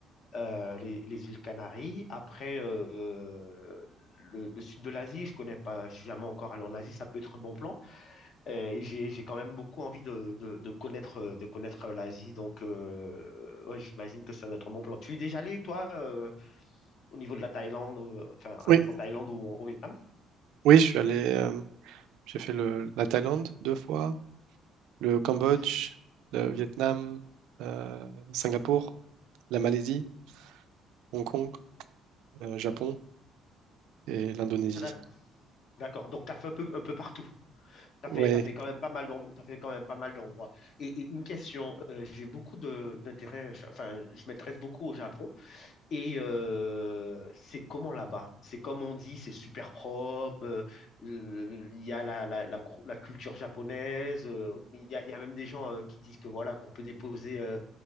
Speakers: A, on the left; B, on the right.
A: euh, les, les îles Canaries. Après, euh, euh, le, le sud de l'Asie, je connais pas, je suis jamais encore allé en Asie, ça peut être un bon plan. Euh, et j'ai j'ai quand même beaucoup envie de, de, de connaître, euh, de connaître euh, l'Asie, donc euh, ouais, j'imagine que ça doit être un bon plan. Tu es déjà allé, toi, euh, au niveau de la Thaïlande, euh, enfin à-
B: oui,
A: en Thaïlande ou au Vietnam?
B: oui, je suis allé, euh, j'ai fait le, la Thaïlande deux fois, le Cambodge,
A: Ah, c'est-
B: le Vietnam, euh, Singapour, la Malaisie, Hong Kong, euh, Japon et l'Indonésie.
A: ah, d'ac- d'accord, donc tu as fait un peu, un peu partout. T'as fait,
B: Ouais,
A: t'as fait quand même pas mal d'endroits, t'as fait quand même pas mal d'endroits. Et, et une question, euh, j'ai beaucoup de d'intérêt, enfin, je m'intéresse beaucoup au Japon. Et euh, c'est comment là-bas? C'est comme on dit, c'est super propre. euh, euh, Il y a la, la, la, gro- la culture japonaise. euh, il y a, il y a même des gens euh, qui disent que voilà, qu'on peut déposer, euh,